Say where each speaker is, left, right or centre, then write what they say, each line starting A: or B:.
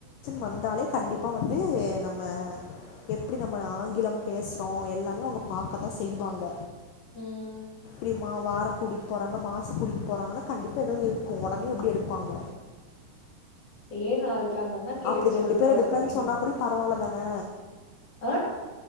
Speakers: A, on the left; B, on the left.
A: வந்தாலே கண்டிப்பா வந்து நம்ம எப்பிடி நம்ம ஆங்கிலம் பேசுறோ எல்லாமே அவங்க பாக்கதா செய்வாங்க
B: ம்.
A: லிமா வாரம் குடிக்க போறாங்க மாசம் குடிக்க போறாங்கன்னா கண்டிப்பா ஏதாவது இருக்கு உடனே எப்பிடி எடுப்பாங்க
B: ஏ நாளைக் கே அந்த அண்ணா கேட்டு
A: அப்டி
B: சொல்ட்டு
A: ரெண்டு பேர்
B: அதுக்கப்புறோ
A: எடுப்பேன்னு
B: என்னன்னு
A: சொன்னா
B: பாப்போ
A: கூட பரவால்ல தானே
B: ஆ